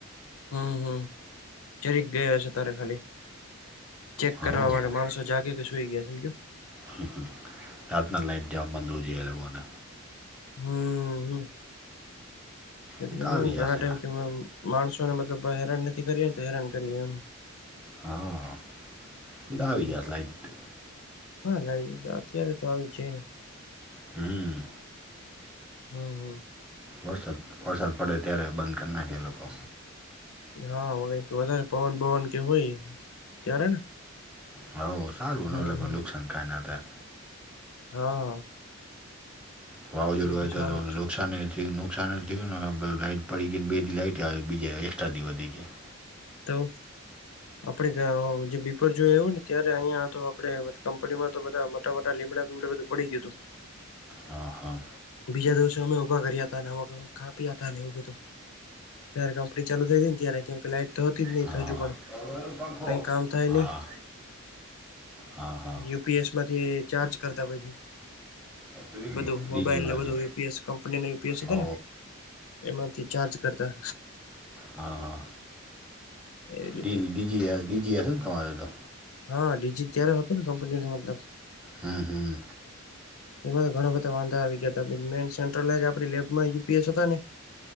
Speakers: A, on the left (about 80°); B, in the centre.
A: હમ હમ જરીક ગયો હ છે તારે ખાલી ચેક
B: હો
A: કરવા માટે માણસો. જાગ કે શુંઈ ગયા સમજો.
B: હ હ રાતના લાઈટ જવા બંધ હો જોઈએ એ લોકોને.
A: હમ્મ હમ, હમ. એટલે,
B: એ તો
A: હું
B: આવી
A: ઘણા
B: જશે
A: ટાઈમ માણસોને, મતલબ, હેરાન નથી કરી. તો હેરાન કરીએ એમ
B: હા, એ
A: હમ્મ.
B: તો આવી જશે લાઈટ.
A: હા, ને અત્યારે તો આવી જાય ને
B: હમ્મ
A: હમ્મ હમ્મ
B: વરસાદ વરસાદ પડે ત્યારે બંધ કરી નાખે એ લોકો.
A: હા હો, વધારે પવન, પવન કે હોય ત્યારે ને
B: હા, હવે નફા
A: હમ્મ હમ્મ.
B: નુકસાન કાંઇ ના થાય.
A: હા.
B: <unintelligible> નુકસાાન
A: એ તો સારું જ છે
B: થયું. નુકસાન થયું ને લાાઈટ પડી ગઈ ને બે દથી લાઈઇટ આવે. બીજા એક્સ્ટ્રાથી વધી જાય.
A: તો. આપડે જે બપોરે જોએ આવું ને, ત્યારે અહિંયા તો આપડે કંપનીમાં તો બધા આટલો બધો લીંમડા વીમડા પડી ગયો તુ
B: હા હા
A: બીજા દિવસે અમે ઉભા કર્યા હતા ને, અ કાપી હતા ને, એવું બધું. હ, કંપની ચાલુ થઈ ગઈ ને. ત્યારે કેમ કે લાઈટ તો હતી જ નહી
B: હા,
A: હજુ પણ
B: પખો
A: કઈ કામ થાય
B: હા.
A: નહી
B: હા હા
A: યુપીએસ માંથી ચાર્જ કરતા પછી
B: સ્વિગી
A: બધું
B: ડીજીમાંથી
A: મોબાઈલ ને બધું, યુપીએસ કંપની ને યુપીએસ
B: હો
A: હતા ને. એમાંથી ચાર્જ કરતા.
B: હા,
A: એવી રીતે
B: ડીજી ડીજી જશે ને તમારે તો.
A: હા, ડીજીટલ ત્યારે હતો ને, કંપની નો મતલબ.
B: હમ્મ હમ્મ
A: <unintelligible> એમાં તો ઘણા બધા વાંધા આવી ગયા. મેન સેન્ટ્રલ, લેબમાં યુપીએસ હતા ને.